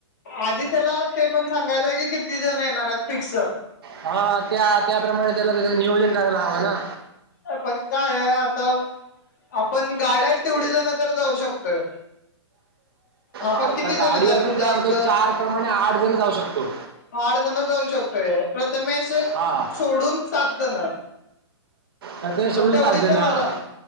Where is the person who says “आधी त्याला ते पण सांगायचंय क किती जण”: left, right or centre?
Left